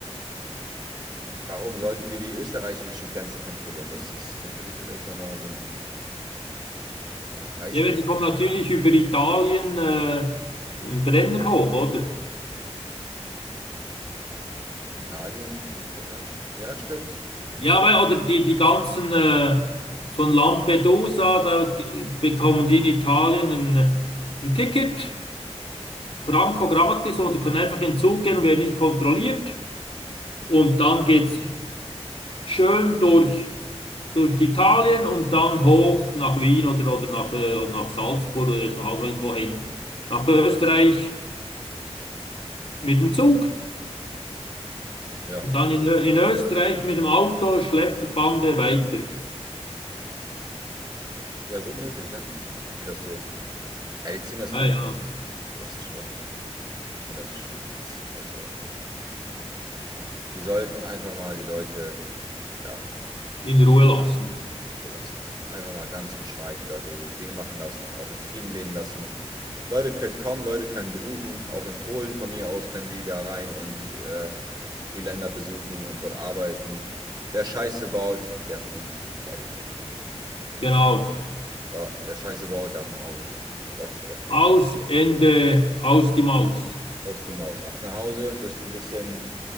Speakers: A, on the right; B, on the left.
A: Warum sollten wir die österreichische Grenze kontrollieren? Das ist natürlich für mich nochmal so ein, ja, weiß
B: Ja,
A: nicht.
B: die kommen natürlich über Italien, äh, einen Brenner hoch, oder?
A: Italien, Österreich? Ja, stimmt.
B: Ja, weil, oder die, die ganzen äh, von Lampedusa, da g- bekommen die in Italien ein, ein Ticket, Franco gratis, oder können einfach in den Zug gehen und werden nicht kontrolliert. Und dann geht's schön durch, durch Italien und dann hoch nach Wien oder, oder, nach, äh, oder nach Salzburg oder ist auch nicht wohin. Nach Österreich mit dem Zug
A: Ja,
B: und dann in, Ö- in Österreich mit dem Auto, Schlepperbande weiter.
A: ja, gut möglich, ne? Dass sie das so. Ja, die ziehen das
B: Naja,
A: durch. Das ist schon, ich finde das ist schon krass. Also, die sollten einfach mal die Leute, ja,
B: in Ruhe lassen.
A: Ruhe lassen. Einfach mal ganz geschmeidig die Leute ihr Ding machen lassen, auch in Frieden leben lassen. Leute können kommen, Leute können besuchen. Auch in Polen von mir aus können die da rein und äh, die Länder besuchen und dort arbeiten. Wer Scheiße baut, der fliegt. Fertig.
B: Genau.
A: So, wer Scheiße baut, darf nach Hause gehen. Das ist das Ding.
B: Aus, Ende, aus die Maus.
A: Aus die Maus. Ab nach Hause, bist du ein bisschen.